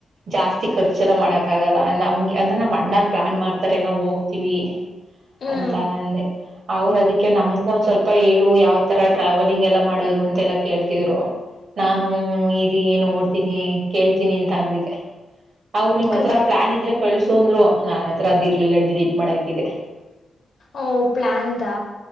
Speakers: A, on the right; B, on the left.
A: ಜಾಸ್ತಿ ಕರ್ಚಲ್ಲ ಮಾಡಕ್ಕಾಗಲ್ಲ ನಮಗೆ ಅಂದ್ರೆ ನಮ್ಮಣ್ಣೋರಿಗ ಪ್ಲಾನ್ ಮಾಡ್ತಾರೆ, ನಾವು ಹೋಗ್ತಿವಿ
B: ಹ್ಮ್
A: ಅಂತ ಅಂದೆ ಅವರು ಅದಕ್ಕೆ ನಮಗೊಂದು ಸ್ವಲ್ಪ ಹೇಳು ಯಾವ ತರ ಟ್ರಾವೆಲ್ <unintelligible> ಹೆಂಗ್ ಮಾಡೋದು ಅಂತ ಎಲ್ಲಾ ಕೇಳ್ತಿದ್ರು ನಾನು ಹು ಹೂ ಇದೇನು ಓಡ್ತಿದೆ ಕೇಳ್ತೀನಿ ಅಂತ ಅಂದಿದ್ದೆ. ಅವರು ನಿಮ್ಮತ್ರ
B: ಕಜಿನ್
A: ಪ್ಲಾನ್ ಇದ್ರೆ ಕಳಿಸು ಅಂದ್ರು. ನನ್ನತ್ರ ಆದ್ ಇರ್ಲಿಲ್ಲ ಡಿಲೀಟ್ ಮಾಡಿ ಹಾಕಿದ್ದೆ.
B: ಓಹ್ ಪ್ಲಾನ್ ದ